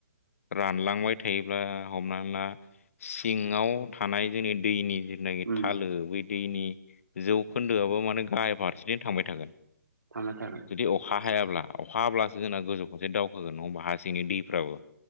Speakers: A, on the left (about 45°); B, on the right (about 70°).
A: रानलांबाय थायोब्ला हमना ला सिङाव थानाय जोंनि दैनि जनाखि
B: उम
A: थालो बै दैनि जौखोन्दोआबो माने गाहाय फारसेथिनो थांबाय थागोन
B: थामा थाम <unintelligible>
A: जुदि अखा हायाब्ला अखा हाब्लासो जोंना गोजौ फारसे दावखोगोन नङा होमबा हा सिंनि दैफ्राबो